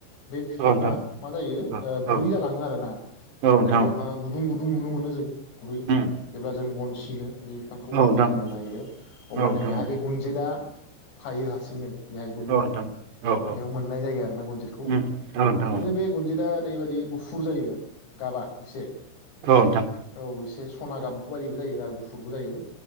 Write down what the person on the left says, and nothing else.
बे
फिफाङा
जायो
ओ
गुरै जालाङो‌ आरोना
ओमफ्राय
बेयावहाय
गुदुं गुदुं गुदुं नुनो मोनो जों गुरै
जेब्ला जों बन सिनो बे बिफांखौ
बन
खामनो
नागिरो अब्ला
नै बेहाय
बे गुनजेदा हायो हारसिंनो बेहाय गुदुङाव
इयाव मोननाय जायो आरो ना गुनजितखौ
इदिनो
बे दा ओरैबायदि गुफुर जायो गाबा एसे
औ एसे सना गाब बायिबो जायो आरो गुफुरबो जायो